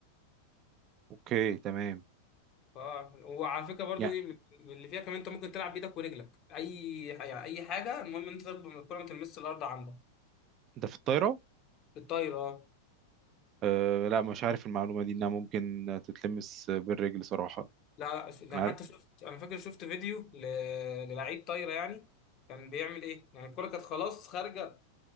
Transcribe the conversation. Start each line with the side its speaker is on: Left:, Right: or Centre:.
Right: أوكي تمام
Left: اه وعلى فكره برضو
Right: يعني
Left: ايه من اللي فيها كمان انت ممكن تلعب بايدك ورجلك اي يعني اي حاجه المهم انت تضرب الكره ما تلمسش الارض عندك
Right: ده في الطايرة
Left: الطايره آه.
Right: آه، لا مش عارف المعلومة دي إنها ممكن تتلمس بالرجل صراحة
Left: لا لا انا
Right: أنا
Left: حتى
Right: عارف
Left: شفت انا فاكر شفت فيديو ل- للعيب طايره يعني كان بيعمل ايه يعني الكرة كانت خلاص خارجة